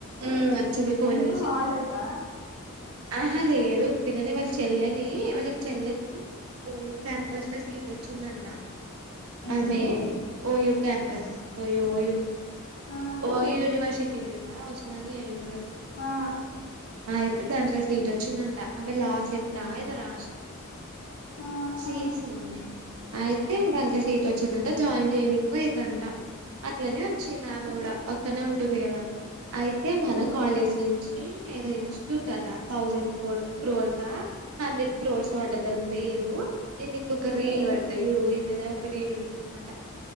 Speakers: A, on the right (about 85°); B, on the left (about 60°).
A: ఊ వచ్చింది ఫోన్
B: ఎందుకు
A: చేసి.
B: హాలిడేసా
A: ఆహా లేదు ఒత్తిగానే వాళ్ళ చెల్లని వాళ్ళ చెల్లెకి. ఓయూ క్యాంపస్ ల సీట్ వచ్చిందంట
B: ఏంటిది
A: ఆమె ఓయు క్యాంపస్ ఓయూ ఓయూ
B: ఆ
A: ఓయూ యునివర్సిటీ లేదా ఉస్మానియా యూనివర్సిటీ.
B: ఆ
A: అయితే దాంట్లో సీట్ వచ్చిందంట ఆమె లా సెట్ అ ఏదో రాసింది.
B: ఆహా
A: సిసీ ఆమె ఆయితే దాల సీట్ వచ్చిందటా జోయిన్ చేయనికి వయిరంట అట్లనే వచ్చింది ఆమె కూడా అక్కనే ఉంటుంది కదా. అయితే మన కాలేజ్ నుంచి ఏదో ఇన్స్టిట్యూట్ అట. థౌజండ్ ఫోర్ క్రోర్సా హండ్రెడ్ క్రోర్స్ ఓ అట దాని పేరు. నేను నీకు ఒక రీల్ పెడతా యూడు ఈ మీద ఒక రీల్ ఉంద అనమాట